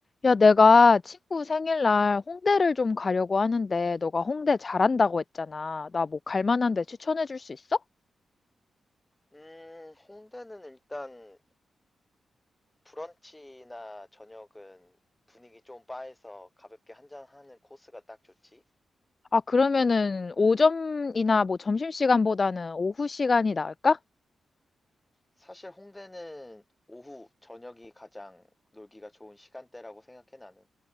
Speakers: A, on the left; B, on the left.
A: 야, 내가 친구 생일날 홍대를 좀 가려고 하는데, 너가 홍대 잘한다고 했잖아. 나 뭐 갈 만한 데 추천해 줄 수 있어?
B: 음, 홍대는 일단 브런치나 저녁은 분위기 좀 바에서 가볍게 한잔하는 코스가 딱 좋지.
A: 아, 그러면은 오전이나 뭐 점심시간보다는 오후 시간이 나을까?
B: 사실 홍대는 오후, 저녁이 가장 놀기가 좋은 시간대라고 생각해 나는.